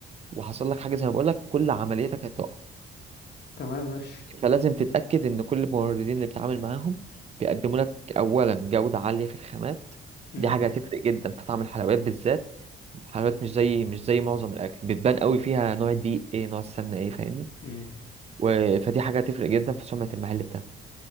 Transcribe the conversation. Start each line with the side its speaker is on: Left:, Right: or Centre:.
Right: وحصل لك حاجه زي ما بقول لك كل عملياتك هتقع
Left: تمام ماشي
Right: فلازم تتأكد إن كل الموردين اللي بتتعامل معاهم بيقدموا لك أولا جودة عالية في الخامات
Left: مم،
Right: دي حاجة مم. هتفرق جدا في طعم الحلويات بالذات الحلويات مش زي مش زي معظم الأكل بتبان قوي فيها نوع الدقيق إيه نوع السمنة إيه فاهمني
Left: مم.
Right: و... فدي حاجة هتفرق جدا في سمعة المحل بتاعك